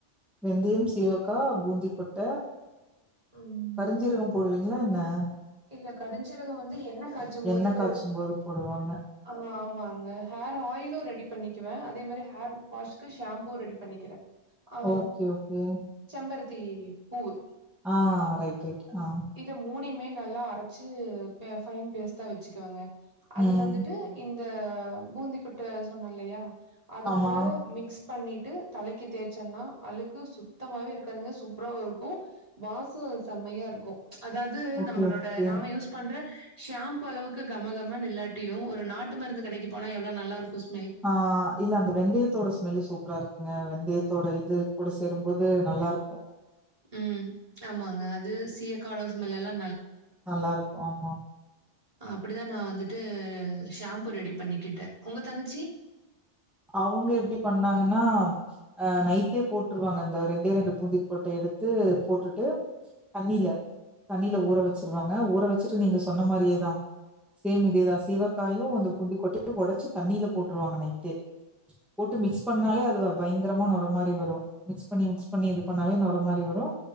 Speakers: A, in the centre; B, on the right.
A: வெந்தயம் சிவக்கா பூந்தி கொட்ட
B: ம்.
A: கருஞ்சிருக்கம் போடுவீங்களா என்ன ஆ
B: இல்ல கருஞ்சிருகோ வந்து என்ன காய்ச்சும்போது
A: எண்ணெ காச்சும் போது போடுவாங்க
B: ஆ ஆமாங்க ஹேர் ஆயிலும் ரெடி பண்ணிக்குவே அதே மாரி ஹேர் வாஷ்க்கு ஷாம்பூ ரெடி பண்ணிக்கிறே ஆ
A: ஓகே ஓகே
B: செம்பரத் தி பூவு
A: ஆ ரைட் ரைட் ஆ
B: இது மூனையும் மே நல்லா அரைச்சு பே ஃபைன் பேஸ்ட்டா வெச்சுக்குவங்க அது
A: ம்
B: வந்துட்டு இந் இந்த பூந்தி கொட்ட சொன்ன இல்லையா அதுக்கூட
A: ஆமா
B: மிக்ஸ் பண்ணிட்டு தலைக்கி தேய்ச்சன்னா அழுக்கு சுத்தமாவே இருக்காதுங்க சூப்ராவா இருக்கு வாசொ செம்மையா இருக்கு அதாவ்து
A: ஓகே
B: நம்மளோட
A: ஓகே
B: நாம யூஸ் பண்ற ஷாம்ப்பு அளவுக்கு கமகம இல்லாட்டியு ஒரு நாட்டு மருந்து கடைக்கு போனா எவ்ளோ நல்லா இருக்கு ஸ்
A: ஆ இல்ல அந்த வெந்தயத்தோட ஸ்மெல்லு சூப்ரா இருக்குங்க வெந்தயத் தோட இது கூட சேரும்போது நல்லா இருக்கு
B: ம் ஆமாங்க அதுஸ் சீயக்காவோட ஸ்மெல்லெல்லா
A: நல்லா இருக்கு ஆமாம்
B: அப்டிதா நா வந்துட்டு ஷாம்ப்பு ரெடி பண்ணிக்கிட்ட உங்க தங்கச்சி
A: அவ்ங்க எப்டி பண்ணாங்கன்னா அ நைட்டே போட்ருவாங்க அந்த ரெண்டே ரெண்டு பூந்திக்கொட்ட எடுத்து போட்டுட்டு தண்ணியில தண்ணியில ஊற வச்சிருவாங்க ஊற வச்சுட்டு நீங்க சொன்ன மாரியேதா சேம் இதேதா சீவக்காயும் அந்த பூந்திக்கொட்டையு ஒடச்சு தண்ணியில போட்ருவாங்க நைட்டே போட்டு மிக்ஸ் பண்ணாலே அது பயங்கரமா நொற மாரி வரு மிக்ஸ் பண்ணி மிக்ஸ் பண்ணி இது பண்ணாலே நொர மாரி வரு